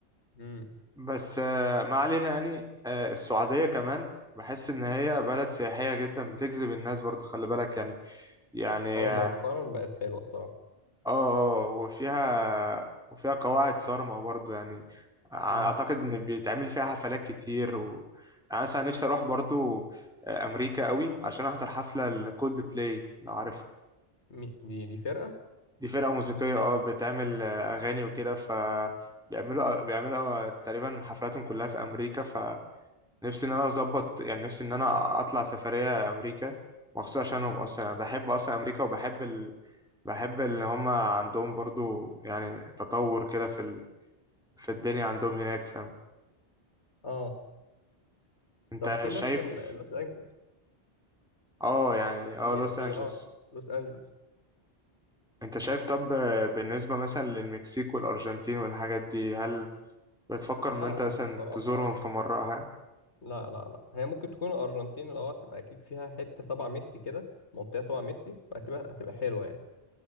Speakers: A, on the left; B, in the centre.
A: امم
B: بس آه، ما علينا يعني آه، السعودية كمان بحس إن هي بلد سياحية جدا بتجذب الناس برضو خلي بالك يعني يعني
A: اه
B: اه
A: مؤخرا بقت حلوة الصراحة
B: اه آه، وفيها وفيها قواعد صارمة برضو يعني أعتقد
A: امم
B: إن بيتعمل فيها حفلات كتير و يعني مثلا نفسي أروح برضو آه، أمريكا قوي عشان أحضر حفلة الكولد بلاي لو عارفها
A: مي- دي دي فرقة
B: دي فرقة موسيقية اه بتعمل آه، أغاني وكده ف بيعملوا بيعملوا تقريبا حفلاتهم كلها في أمريكا ف نفسي ان انا اظبط يعني نفسي ان انا اطلع سفريه امريكا مخصوص عشانهم اصلا انا بحب اصلا امريكا وبحب ال... بحب ان هم عندهم برضو يعني تطور كده في ال... في الدنيا عندهم هناك فاهم
A: اه
B: انت
A: طب في
B: شايف
A: مثلا لوس أنجلوس
B: اه يعني اه
A: في
B: لوس
A: في
B: انجلس
A: اه لوس أنجلوس
B: انت شايف طب آه، بالنسبه مثلا للمكسيك والارجنتين والحاجات دي هل بتفكر
A: لا
B: ان انت
A: لا
B: مثلا
A: الصراحة
B: تزورهم في مره أو حاجة؟
A: لا لا لا هي ممكن تكون الأرجنتين لو هتبقى أكيد فيها حتة تبع ميسي كده منطقة تبع ميسي فهتبقى هتبقى حلوة يعني